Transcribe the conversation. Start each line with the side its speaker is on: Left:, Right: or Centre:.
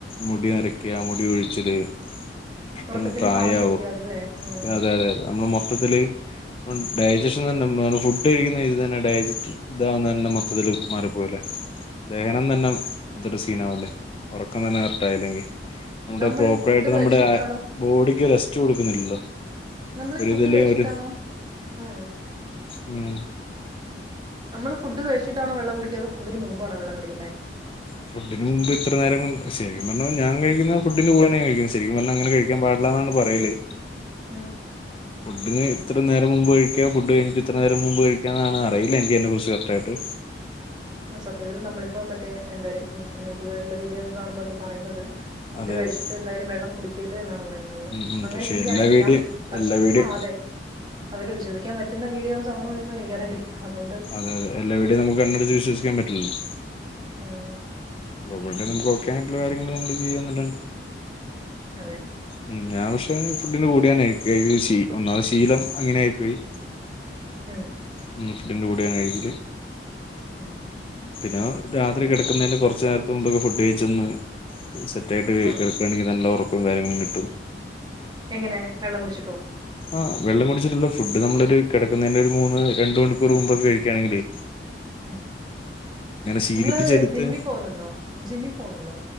Left: മുടിനരക്കാ മുടികൊഴിച്ചില് പെട്ടെന്ന്പ്രായാവും
Right: ഉറക്കത്തിന്റെ താളം തെറ്റിയാലല്ലേ ഉം
Left: അതെഅതെ നമ്മള്മൊത്തത്തില്. ഡയജഷ്യൻതന്നെ നമ്മ ഫുഡ് കഴിക്കുന്ന ഇത് തന്നെ ഡയറ്റ് <unintelligible> ഇതാവുന്നതന്നെ മൊത്തത്തില് മാറിപ്പോവില്ലേ ദഹനംതന്നെ മൊത്തത്തിൽ സീനാവുല്ലേ. ഒറക്കംതന്നെ കറക്റ്റായില്ലെങ്കി. നമ്മുടെ
Right: നമ്മൾ
Left: പ്രോപ്പറായിട്ട്
Right: ഈ ഫുഡ്
Left: നമ്മുടെ
Right: കഴിച്ചിട്ടാണോ
Left: ബോഡിക്ക്റെസ്റ്റ് കൊടുക്കുന്നില്ലല്ലോ.
Right: നമ്മള്
Left: ഒരു
Right: ഫുഡ്
Left: ഇതില്ലേ
Right: കഴിച്ചിട്ടാണോ?
Left: ഒരു
Right: ആഹ്
Left: ഉം
Right: നമ്മള് ഫുഡ്‌ കഴിച്ചിട്ടാണോ വെള്ളം കുടിക്കാെ അതോ ഫുഡിന് മുമ്പാണോ വെള്ളം കുടിക്കെണ്ടേ?
Left: ഫുഡിന് മുമ്പ് ഇത്രനേരം ശരിക്കും പറഞ്ഞ ഞാൻ കഴിക്കുന്ന ഫുഡിന്റെ കൂടെന്നെ കഴിക്കും. ശരിക്കുംപറഞാ അങ്ങനെകഴിക്ക ക്കാൻ പാടില്ലാന്നാണ് പറയല്.
Right: ഉം
Left: ഫുഡിന് ഇത്രനേരം മുമ്പ്കഴിക്ക ഫുഡ് കഴിഞ്ഞിട്ട് ഇത്രനേരം മുൻമ്പ് കഴിക്കാ ഇന്നാണ് അറിയില്ല എനിക്കിതിനെ കുറിച്ച് കറക്റ്റായിട്ട്.
Right: സത്യത്തിൽ നമ്മളിപ്പം മറ്റെ എന്താര് ഇൻഫോർമേറ്റീവയിട്ട്ള്ള വീഡിയോക്കെ കാണുമ്പോ അതിൽ പറയുന്നത്. ഫുഡ്കഴിച്ചിട്ടേ
Left: അതെ അതെ
Right: എന്തായാലും വെള്ളം കുടിക്കരുത് എന്നാണോ? പറയുന്നത്.
Left: ഉം ഉം
Right: അങ്ങനെ
Left: പക്ഷെ
Right: എനിക്കറിയത്തില്ല
Left: എല്ലാ വീഡിയോ
Right: പക്ഷെ
Left: എല്ലാ വീഡിയോ
Right: ആഹ്അതെ. അതൊക്കെവിശ്വിക്കാൻപറ്റുന്ന വീഡിയോസാണോ എന്ന് എനിക്കറിയത്തില്ല അതുകൊണ്ട്.
Left: അതെഅതെ എല്ലാ വിഡിയോ നമുക്ക് കണ്ണടച്ച് വിശ്വസിക്കാൻ പറ്റില്ലല്ലോ.
Right: ആഹ്
Left: <unintelligible> നമുക്ക ഒക്കെ ആയിട്ടുള്ള കാര്യങ്ങള് നമ്മള് ചെയ്യന്നാല്ലാണ്ട്.
Right: അതെ
Left: ഉം ഞാൻ പക്ഷെ ഫുഡിന്റെ കൂടിയാണേ ശീ ഒന്നാമത് ശീലം അങ്ങനെ ആയിപ്പോയി.
Right: ഉം
Left: ഉം ഫുഡിന്റൂടെ ആണ് കഴിക്കല്.
Right: ഉം
Left: ഞാ രാത്രി കെടക്കുന്നേന്റെ കൊറച്ച് നേരത്തെ മുമ്പൊക്കെ ഫുഡ് കഴിച്ചൊന്ന് സെറ്റ് ആയിട്ട്
Right: ആ
Left: കെട ക്കാണെങ്കി നല്ല ഒറക്കും കാര്യങ്ങളും കിട്ടും.
Right: എങ്ങനെ വെള്ളം കുടിച്ചിട്ടോ.
Left: ആഹ് വെള്ളം കുടിച്ചിട്ട്ള്ള ഫുഡ് നമ്മളൊരു കെടക്കുന്നേന്റെ ഒരു മൂന്ന് രണ്ട് മണിക്കൂർ മുമ്പൊക്കെ കഴിക്കാണെങ്കിലേ.
Right: ഉം
Left: ശീലിപ്പിച്ചെടുത്ത്
Right: നിങ്ങള് ജിമ്മി പോവ്ന്നുണ്ടോ ജിമ്മിൽ പോവുന്നുണ്ടോ?